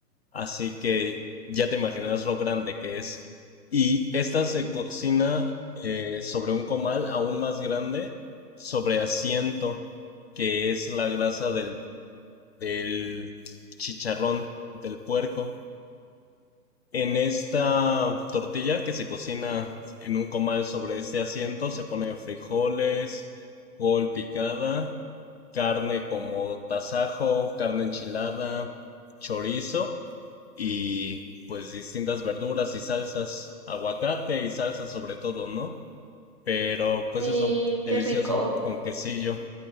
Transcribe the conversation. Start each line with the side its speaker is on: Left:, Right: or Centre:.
Left: Así que ya te imaginas lo grande que es. Y esta se cocina eh, sobre un comal aún más grande, sobre asiento, que es la grasa del, del chicharrón del puerco. En esta tortilla que se cocina en un comal sobre este asiento se pone frijoles, col picada, carne como tasajo, carne enchilada, chorizo y pues distintas verduras y salsas, aguacate y salsa sobre todo, ¿no? Pero pues
Right: Y
Left: eso, delicioso,
Right: qué rico.
Left: con quesillo,